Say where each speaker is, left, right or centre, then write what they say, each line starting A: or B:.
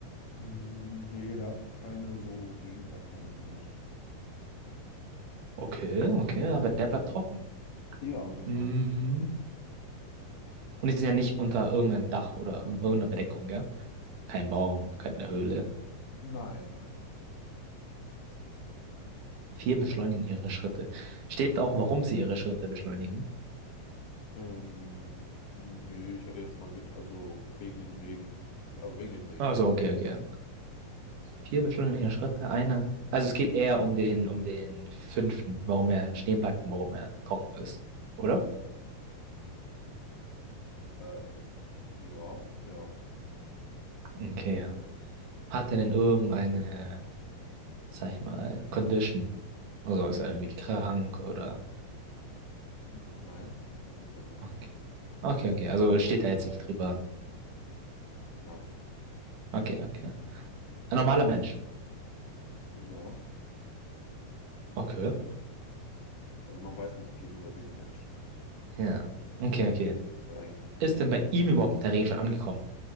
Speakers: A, on the left (about 75°); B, on the right (about 70°).
A: Mm, Nee, der hat keine so Regensachen oder sowas.
B: Okay, okay, aber der bleibt trocken.
A: Ja, genau.
B: Mm. Und die sind ja nicht unter irgendeinem Dach oder un- irgendeiner Bedeckung, gell? Kein Baum, keine Höhle.
A: Nein, nein, nein.
B: Vier beschleunigen ihre Schritte. Steht auch, warum sie ihre Schritte beschleunigen.
A: Ähm, nee, ich hatte jetzt mal, ged- also wegen dem Regen. Also wegen dem Regen.
B: Also, okay, okay. Vier beschleunigen ihre Schritte, einer. Also es geht eher um den, um den fünften, warum er stehen bleibt und warum er trocken ist. Oder?
A: Ähm, ja, ja.
B: Okay. ja. Hat er denn irgendeine, sag ich mal, Condition? Also ist er irgendwie krank oder.
A: N- Nein, krank ist er nicht.
B: Okay. Okay, okay. Also steht da jetzt nicht drüber.
A: Nein.
B: Okay, okay. Ein normaler Mensch.
A: Ja,
B: Okay.
A: also man weiß nicht viel über diese Menschen.
B: Ja. Okay, okay.
A: Also eigentlich nichts.
B: Ist denn bei ihm überhaupt der Regen schon angekommen?